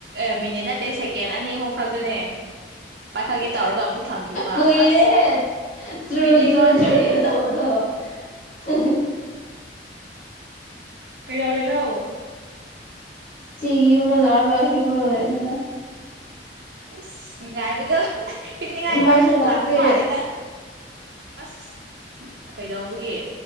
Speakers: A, on the right; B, on the left.
A: ꯑꯦ ꯃꯤꯅꯤꯠ ꯅꯠꯇꯦ ꯁꯦꯀꯦꯟ ꯑꯅꯤ ꯑꯍꯨꯝ ꯈꯛꯇꯅꯦ ꯄꯥꯏꯈꯠꯀꯦ ꯇꯧꯔꯒ ꯑꯃꯨꯛ ꯊꯝꯈꯤꯕ
B: ꯀꯨꯏꯔꯦꯍꯦ
A: ꯑꯁ
B: ꯇ꯭ꯔꯨ
A: ꯀꯨꯏꯗꯦ ꯑꯩꯉꯣꯟꯗꯗꯤ
B: ꯇ꯭ꯔꯨ ꯇ꯭ꯔꯨ ꯇ꯭ꯔꯨ ꯇꯧꯕꯗꯣ ꯍꯦ ꯍꯦ
A: ꯀꯩꯗꯧꯔꯤꯅꯣ
B: ꯆꯤꯒꯤ ꯌꯨꯝꯗ ꯂꯥꯛꯒ ꯍꯤꯞꯔꯒꯥ ꯂꯩꯕꯅꯤꯅ
A: ꯢꯁ ꯅꯨꯉꯥꯏꯕꯗꯣ ꯍꯥ ꯍꯥ ꯍꯤꯞꯅꯤꯉꯥꯏ
B: ꯃꯩꯁꯨ
A: ꯃꯥ
B: ꯂꯥꯛꯇꯦ
A: ꯂꯥꯛꯄ ꯃꯥꯂꯦ ꯅꯪ ꯑꯁ ꯀꯩꯗꯧꯕꯒꯤ